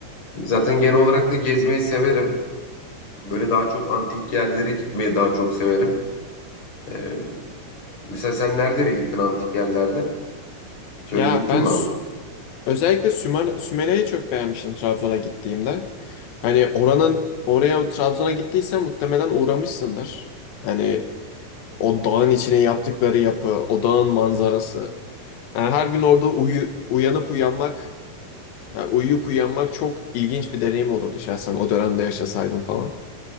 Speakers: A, on the left; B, on the left.
A: Zaten genel olarak da gezmeyi severim. Böyle daha çok antik yerlere gitmeyi daha çok severim. E, mesela sen nerelere gittin antik yerlerde? Şöyle
B: Ya
A: gittin
B: ben
A: mi
B: Sü-
A: abi?
B: özellikle Sümer, Sümele'yi çok beğenmiştim Trabzon'a gittiğimde. Hani oranın oraya Trabzon'a gittiysen muhtemelen uğramışsındır. Hani o dağın içine yaptıkları yapı, o dağın manzarası. Yani her gün orada uyu, uyanıp uyanmak, yani uyuyup uyanmak çok ilginç bir deneyim olurdu şahsen o dönemde yaşasaydım falan.